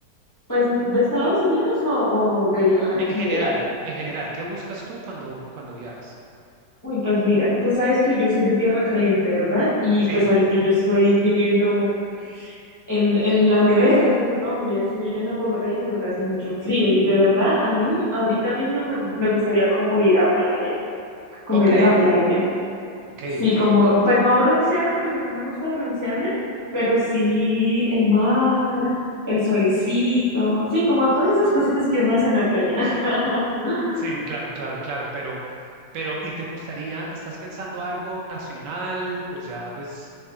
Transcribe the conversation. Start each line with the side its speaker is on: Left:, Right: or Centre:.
Left: pues de Estados Unidos o, o de viajar
Right: En
Left: en
Right: general,
Left: general.
Right: en general, ¿qué buscas tú cuando, cuando viajas?
Left: Uy, pues mira, tú sabes que yo soy de tierra caliente, ¿verdad? Y
Right: Sí,
Left: pues ahorita yo estoy viviendo en, en la nevera de Colombia, estoy viviendo en Bogotá y en Bogotá hace mucho frío. Y de verdad, a mí ahorita mismo me gustaría como ir a playa, como
Right: ok,
Left: ir a la playa.
Right: ok,
Left: Sí,
Right: ok.
Left: como, pues no broncearme porque no me gusta broncearme, pero sí el mar, el solecito, sí, como todas esas cositas que uno hace en la playa. <laughs>
Right: Sí, claro, claro, claro, pero, pero, ¿y te gustaría, estás pensando algo nacional o ya, pues,